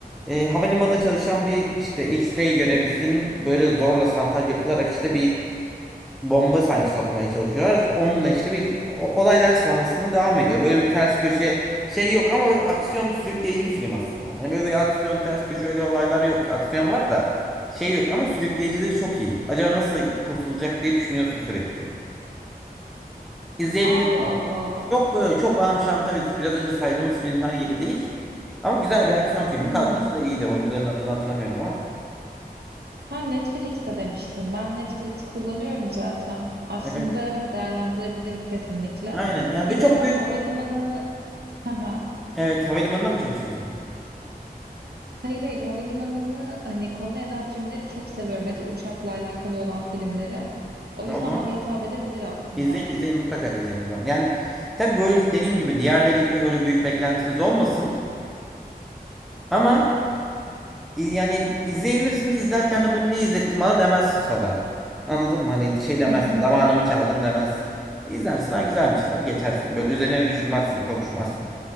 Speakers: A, in the centre; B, on the right (about 80°).
A: e, havalimanında çalışan bir işte X-ray görevlisinin böyle zorla santaj yapılarak işte bir bomba sanki sokmaya çalışıyorlar. Onunla işte bir o- olaylar sonrasında devam ediyor. Böyle bir ters köşe şey yok ama böyle aksiyon bir sürükleyici bir film aslında. Hani böyle bir aksiyon ters köşe öyle olaylar yok. Aksiyon var da şey yok ama sürükleyicileri çok iyi. Acaba nasıl kurtulacak diye düşünüyorsun sürekli. İzleyebilirsin.
B: Allah Allah.
A: Çok böyle çok amşam tabii biraz önce saydığımız filmler gibi değil. Ama güzel bir aksiyon filmi. Kadrosu
B: Hı hı.
A: da iyiydi. Oyuncuların adını hatırlamıyorum ama.
B: Ha Netflix'te demiştin. Ben Netflix kullanıyorum zaten. Aslında
A: Evet.
B: evet değerlendirebilirim kesinlikle.
A: Aynen. Yani bir
B: Bir
A: çok
B: de ben
A: büyük.
B: havalimanı ha
A: Evet. Havalimanında mı çalışıyorsunuz?
B: hayır hayır havalimanını hani konu eden filmleri çok seviyorum ya da uçakla alakalı olan filmleri. O
A: Ha,
B: yüzden
A: O zaman
B: bana hitap edebilir aslında.
A: izleyin izleyin mutlaka izleyin o zaman. Yani tabii böyle dediğim gibi diğerleri gibi öyle büyük beklentiniz olmasın. Ama i- yani izleyebilirsiniz. İzlerken de bunu niye izlettin bana demezsin sonra. Anladın mı? Hani şey demezsin.
B: <laughs>
A: Zamanımı çaldın demezsin. İzlersin. Ha güzelmişler. Geçersin. Böyle üzerine düşünmezsin. Konuşmazsın.